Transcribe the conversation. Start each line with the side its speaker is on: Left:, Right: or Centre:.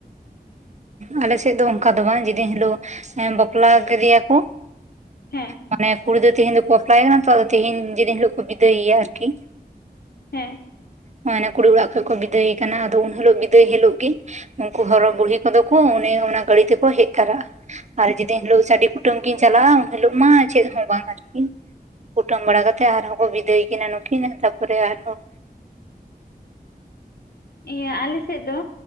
Right: ᱟᱞᱮ ᱥᱮᱫ ᱫᱚ ᱚᱱᱠᱟ ᱫᱚ ᱵᱟᱝ, ᱡᱮᱫᱤᱱ ᱦᱤᱞᱳᱜ ᱵᱟᱯᱞᱟ ᱠᱮᱫᱮᱭᱟ ᱠᱚ
Left: ᱦᱮᱸ ᱾
Right: ᱢᱟᱱᱮ ᱠᱩᱲᱤ ᱫᱚ ᱛᱮᱦᱮᱧ ᱫᱚᱠᱚ ᱵᱟᱯᱞᱟᱭᱮ ᱠᱟᱱᱟ ᱛᱚ, ᱟᱫᱚ ᱛᱮᱦᱤᱧ ᱡᱮᱫᱤᱱ ᱦᱤᱞᱳᱜ ᱠᱚ ᱵᱤᱫᱟᱹᱭᱮᱭᱟ ᱟᱨᱠᱤ
Left: ᱦᱮᱸ ᱾
Right: ᱢᱟᱱᱮ ᱠᱩᱲᱤ ᱚᱲᱟᱜ ᱠᱷᱚᱡ ᱠᱚ ᱵᱤᱫᱟᱹᱭᱮ ᱠᱟᱱᱟ, ᱟᱫᱚ ᱩᱱ ᱦᱤᱞᱳᱜ ᱵᱤᱫᱟᱹᱭ ᱦᱤᱞᱳᱜ ᱜᱮ ᱩᱱᱠᱩ ᱦᱚᱨᱚ ᱵᱩᱲᱦᱤ ᱠᱚᱫᱚ ᱠᱚ ᱩᱱᱤ ᱚᱱᱟ ᱜᱟᱹᱰᱤ ᱛᱮᱠᱚ ᱦᱮᱡ ᱛᱮᱟᱨᱟᱜᱼᱟ, ᱟᱨ ᱡᱩᱫᱤ ᱦᱤᱞᱚᱜ ᱪᱟᱰᱤ ᱠᱩᱴᱟᱹᱢ ᱠᱤᱱ ᱪᱟᱞᱟᱜᱼᱟ, ᱩᱱ ᱦᱤᱞᱳᱜ ᱢᱟ ᱪᱮᱫ ᱦᱚᱸ ᱵᱟᱝ ᱟᱨᱠᱤ ᱠᱩᱴᱟᱹᱢ ᱵᱟᱲᱟ ᱠᱟᱛᱮᱫ ᱟᱨᱦᱚᱸ ᱠᱚ ᱵᱤᱫᱟᱹᱭ ᱠᱤᱱᱟ ᱱᱩᱠᱤᱱ ᱟᱨ ᱛᱟᱯᱚᱨᱮ ᱟᱨᱦᱚᱸ
Left: ᱤᱭᱟᱹ ᱟᱞᱮᱥᱮᱫ ᱫᱚ